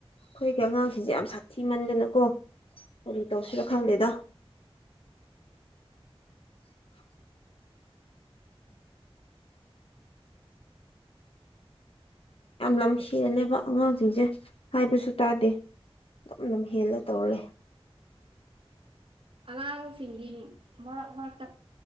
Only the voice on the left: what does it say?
ꯑꯩꯈꯣꯏꯒꯤ ꯑꯉꯥꯡꯁꯤꯡꯁꯦ ꯌꯥꯝ ꯁꯥꯊꯤ ꯃꯟꯗꯅꯀꯣ ꯀꯔꯤ ꯇꯧꯁꯤꯅ ꯈꯪꯗꯦꯗ ꯌꯥꯝ ꯂꯝ ꯁꯦꯜꯂꯦꯕ ꯑꯉꯥꯡꯁꯤꯡꯁꯦ ꯍꯥꯏꯕꯁꯨ ꯇꯥꯗꯦ ꯑꯗꯨꯝ ꯂꯝꯝ ꯍꯦꯟꯅ ꯇꯧꯔꯦ